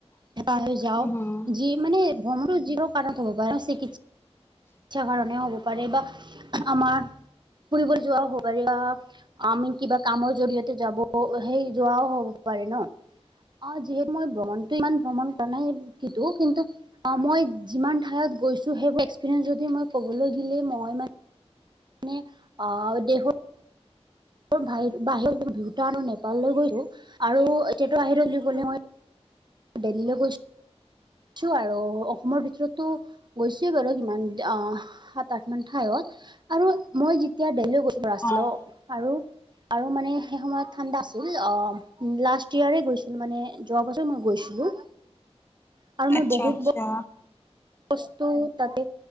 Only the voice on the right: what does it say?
হেপাহে যাও
যি মানে ভ্ৰমণো যিকোনো কাৰণত হ'ব পাৰে চিকিৎ সা কাৰণে হ'ব পাৰে বা আমাৰ ফুৰিব যোৱা হ'বাৰে বা আমি কিবা কামৰ জৰিয়তে যাব সেই যোৱাও হ'ব পাৰে ন অ যিহেতু মই ভ্ৰমণ টো ইমান ভ্ৰমণ কৰা নাই কিন্তু, কিন্তু অ মই যিমান ঠাইয়ত গৈছোঁ সেইবোৰ এপিনে যদি মই ক'বলৈ গিলে মই মানে মানে আ দেশৰ বাহ বাহিৰত ভূটান আৰু নেপাললৈ গৈছো আৰু এতিয়া টো বাহিৰ গলে মই দেল্লীলে গৈছ ছো আৰু অসমৰ ভিতৰতো গৈছোয়ে বাৰু কিমান আহ সাত আঠ মান ঠাইয়ত আৰু মই যেতিয়া দেল্লী লৈ গৈছিলোঁ, আছিলো
আৰু আৰু মানে সেই সময়ত ঠাণ্ডা আছিল অ লাষ্ট ইয়াৰে গৈছিলো মানে যোৱা বছৰে মই গৈছিলো আৰু
মই বহুত
বস্তু তাতে